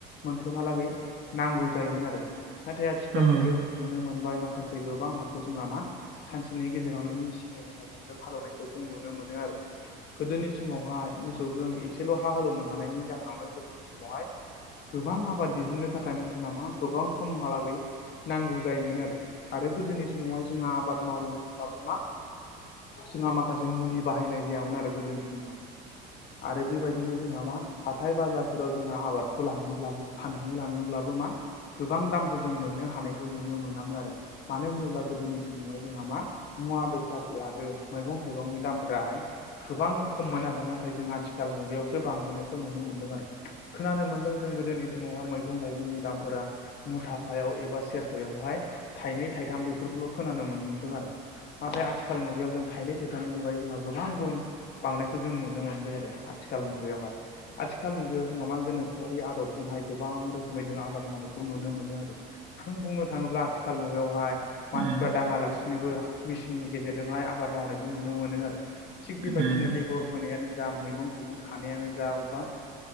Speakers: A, on the left (about 55°); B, on the right (about 60°).
A: मोनफ्रोमहालागै नांगौ जायोमोन आरो नाथाय आथिखाल
B: उम
A: मुगायाव जों नुनो मोनबाय माखासे गोबां हाखौ जों मा सानसेनि गेजेरावनो मिसिननि हालौनायखौ जों नुनो मोनो आरो गोदोनि समावहाय मोसौजों एसेल' हा हालौनो हानायनि जाहोनावनो गोदोनि समावहाय गोबां आबाद दिहुननो थाखाय जोंहा मा गोबां समहालागै नांगौ जायोमोन आरो आरो गोदोनि समावहाय जोंहा आबाद मावोमोनब्लाबो मा जोंहा माखासे मुलि बाहायनाय जायामोन आरो गोदोनि समावहाय आरो बेबायदिनो जोंहा मा हाथाय बाजारफोराव जोंहा आबादखौ लाङोब्लाबो फानहैनो लां थाङोब्लाबो मा गोबां दामखौ जों मोननो हानायखौ नुनो मोनामोन आरो। मानो होनोब्ला गोदोनि समावहाय जोंहा मा मुवा बेसाद आरो मैगं थाइगंनि दामफोराहाय गोबां खममोन आरो नाथाय जों आथिखाल मुगायावसो बांबोनायखौ नुनो मोनदों आरो खोनानो मोन्दों जों गोदोनि समावहाय मैगं थाइगंनि दामफोरा मुथाफायाव एबा सेरफायावहाय थाइनै थाइथाम बेफोरखौल' खोनानो मोनदों आरो। नाथाय
B: उम
A: आथिखाल मुगायाव जों थाइनै थाइथाइनि अनगायै जोंहा गोबां गुन बांनायखौ जों नुनो मोनबाय आरो आथिखाल मुगायावहाय आथिखाल मुगायाव जोंहा मा गोनो खोरि आदबजोंहाय गोबां रोखोमै जों आबाद मावनायखौ नुनो मोनो आरो। जों बुंनो थाङोब्ला आथिखाल मुगायावहाय मानसिफ्रा
B: उम
A: दाङालासिनोबो मेसिननि गेजेरजोंहाय आबाद मावनायखौ नुनो मोनो आरो। थिग
B: उम
A: बेबायदिनो
B: उम
A: बेगर फोनायानो जा मैगं थाइगं खानायानो जा अबेबा